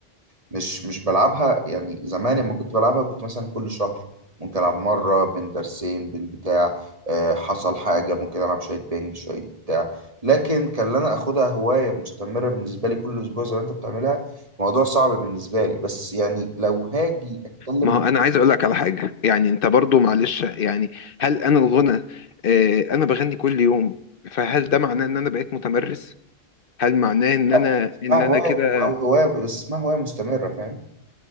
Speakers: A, on the right; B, on the left.
A: مش مش بلعبها يعني زمان لما كنت بلعبها كنت مثلا كل شهر ممكن ألعب مرة بين درسين بين بتاع آه، حصل حاجة ممكن ألعب شوية بينج شوية بتاع لكن كان أنا أخدها هواية مستمرة بالنسبة لي كل أسبوع زي ما أنت بتعملها موضوع صعب بالنسبة لي بس يعني لو هاجي أتكلم
B: ما
A: مع
B: هو انا عايز اقول لك على حاجه يعني انت برضو معلش يعني هل انا الغنى آه انا بغني كل يوم فهل ده معناه ان انا بقيت متمرس هل معناه ان
A: حد
B: انا
A: اسمها
B: ان
A: هواية
B: انا كده
A: أو هواية بس اسمها هواية مستمرة فاهم؟